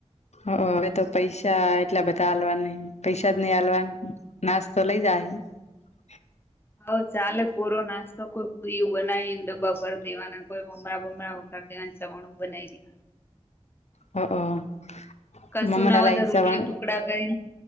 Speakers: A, on the left (about 80°); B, on the left (about 20°).
A: હ હવે તો પૈસા એટલા બધા આલવાના નહીં, પૈસા જ નહી આલવા. નાસ્તો લઈ જાય.
B: હવે ચાલે કોરો નાસ્તો કોઈ પુરું બનાવીને ડબ્બા ભર દેવાના કોઈ મમરા બમરા વગર દેવાના ચવાણું બનાઈ રહી.
A: હ હ.
B: કશું
A: મમરા
B: ના હોય
A: લાઈન
B: તો રોટલી
A: સવણ
B: ટુકડા કઈ